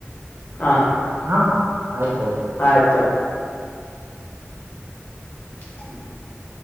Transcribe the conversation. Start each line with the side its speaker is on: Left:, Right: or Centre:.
Left: ಹಾ
Right: ಹಾ ಆಯ್ತ್ ಆಯ್ತ್.
Left: ಆಯ್ತು ತೋ <inaudible>